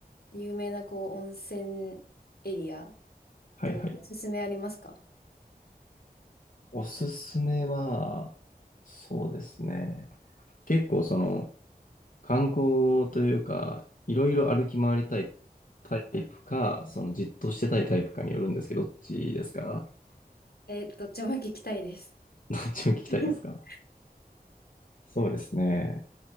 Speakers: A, on the left; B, on the left.
A: 有名なこう、温泉エリア
B: はいはい。
A: ておすすめありますか
B: おすすめは、そうですね。
A: <laughs>
B: 結構その、観光というか、いろいろ歩き回りたいタイプか、そのじっとしてたいタイプかによるんですけど、どっちですか
A: えー、どっちも聞きたいです。
B: <laughs> どっちも聞きたいですか
A: <laughs>
B: そうですね。